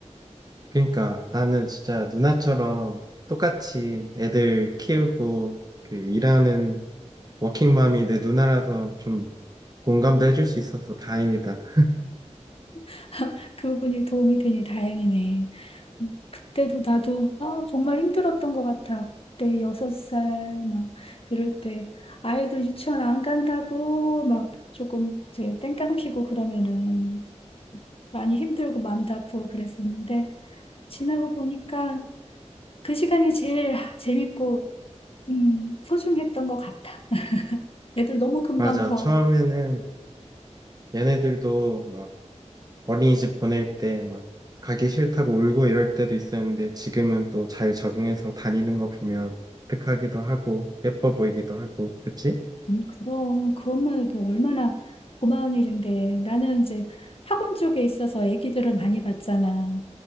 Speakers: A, on the right; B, on the left.
A: 그러니까 나는 진짜 누나처럼 똑같이 애들 키우고 그 일하는 워킹맘이 내 누나라서 좀 공감도 해줄 수 있어서 다행이다.
B: <laughs> 그 부분이 도움이 되니 다행이네. 음, 그때도 나도 아, 정말 힘들었던 것 같아. 그때 여섯 살 막 이럴 때 아이들 유치원 안 간다고 막 조금 이제 땡깡 피고 그러면은 많이 힘들고 마음도 아프고 그랬었는데 지나고 보니까 그 시간이 제일 재밌고 음, 소중했던 것 같아. 애들 너무 금방
A: 맞아.
B: 커.
A: 처음에는 얘네들도 막 어린이집 보낼 때 막 가기 싫다고 울고 이럴 때도 있었는데 지금은 또 잘 적응해서 다니는 거 보면 뿌듯하기도 하고 예뻐 보이기도 하고 그치?
B: 음, 그럼 그것만 해도 얼마나 고마운 일인데 나는 이제 학원 쪽에 있어서 아기들을 많이 봤잖아.